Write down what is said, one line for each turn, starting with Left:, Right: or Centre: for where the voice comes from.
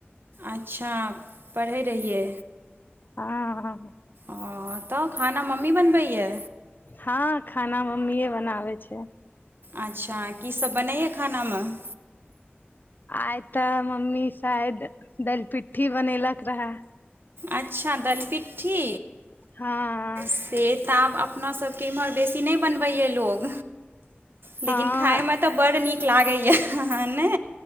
Right: अच्छा पढ़ै रहियै।
Left: हं- हं।
Right: हं तऽ खाना मम्मी बनबैये।
Left: हँ खाना मम्मीए बनाबै छै।
Right: अच्छा की सब बनैये खाना में?
Left: आइ तऽ मम्मी शायद दल- पिट्ठी बनेलक रहे।
Right: अच्छा दलि- पिट्ठी।
Left: हँऽ।
Right: से तऽ आब अपना सबके इम्हर बेसी नहि बनबैय ये लोक। लेकिन
Left: हँ
Right: खाायमें तऽ बड़ नीक लागै ये हऽ ने।